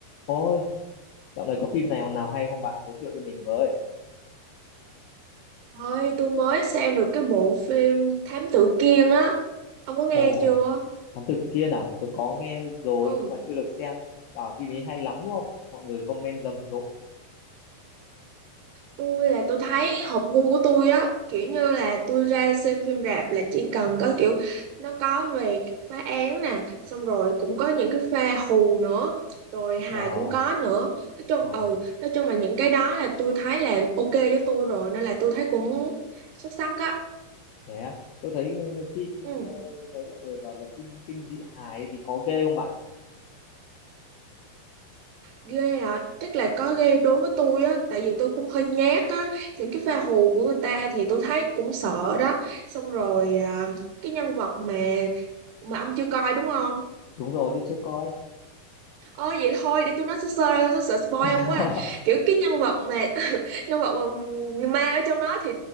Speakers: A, on the left (about 80°); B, on the right (about 75°).
A: Ôi, dạo này có phim nào nào hay không bạn giới thiệu cho mình với?
B: Ơi, tôi mới xem được cái bộ phim Thám Tử Kiên á. Ông có nghe
A: Ồ,
B: chưa?
A: Thám tử Kiên à? Tôi có nghe rồi
B: Ừ,
A: nhưng mà chưa được xem. Bảo phim ấy hay lắm đúng không? Mọi người comment rầm rộ.
B: tôi là tôi thấy hợp gu của tôi á. Kiểu như là tôi ra xem phim rạp là chỉ cần có kiểu nó có về phá án nè. Xong rồi cũng có những cái pha hù nữa. Rồi hài
A: Wow,
B: cũng có nữa. Nói chung,
A: ờ,
B: ừ, nói chung là những cái đó là tôi thấy là ok với tôi rồi. Nên là tôi thấy cũng xuất sắc á.
A: thế á. Tôi thấy phim,
B: Ừ.
A: ờ, thấy mọi người bảo là phim kinh dị hài thì có ghê không bạn?
B: ghê hả tức là có ghê đối với tôi á tại vì tôi cũng hơi nhát á những cái pha hù của người ta thì tôi thấy cũng sợ đó xong rồi à, cái nhân vật mà mà ông chưa coi đúng không
A: Đúng rồi, tôi chưa coi.
B: ôi vậy thôi để tôi nói sơ sơ ra tôi sợ spoil
A: <laughs>
B: ông quá à. kiểu cái nhân vật mà <laughs> nhân vật mà người ma ở trong đó thì